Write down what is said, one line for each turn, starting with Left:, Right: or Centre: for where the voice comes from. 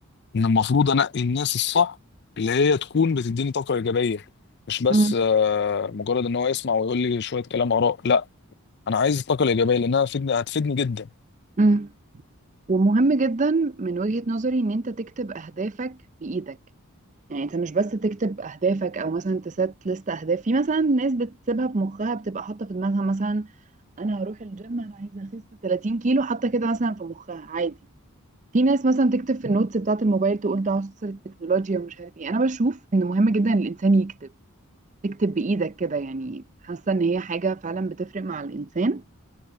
Left: ان المفروض انقي الناس الصح اللي هي تكون بتديني طاقه ايجابيه مش بس
Right: مم.
Left: آه، مجرد ان هو يسمع ويقول لي شويه كلام اراء لا انا عايز الطاقه الايجابيه لانها هتفيدني هتفيدني جدا
Right: مم. ومهم جدا من وجهة نظري ان انت تكتب اهدافك بايدك يعني انت مش بس تكتب اهدافك او مثلا تسات لست اهداف في مثلا ناس بتسيبها في مخها بتبقى حاطه في دماغها مثلا انا هروح الجيم انا عايزه اخس 30 كيلو حاطه كده مثلا في مخها عادي في ناس مثلا تكتب في النوتس بتاعه الموبايل تقول ده عصر التكنولوجيا ومش عارف ايه انا بشوف ان مهم جدا الانسان يكتب تكتب بإيدك كده يعني حاسة إن هي حاجة فعلا بتفرق مع الإنسان